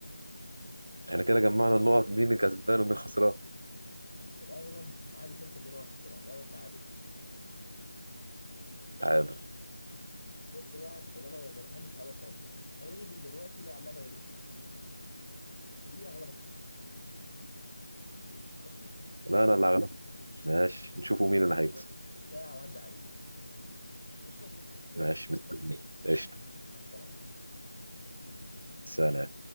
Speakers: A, on the right; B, on the left.
A: <laughs> احنا كده جمعنا النقط مين الكسبان ومين خسران
B: في الاغلب ما حدش فينا كسبان ولا خسران اغلب تعادل
A: تعادل
B: بص بقى عشان انا ما بحبش التعادل خالص هننزل دلوقتي نلعب لعبه غير دي ودي اغلبك فيها ماشي
A: لا انا اللي هغلبك ماشي نشوفوا مين اللي هيكسب
B: ساعه وعدي عليك قشطه
A: ماشي مستني قشطة
B: مع السلامه
A: سلام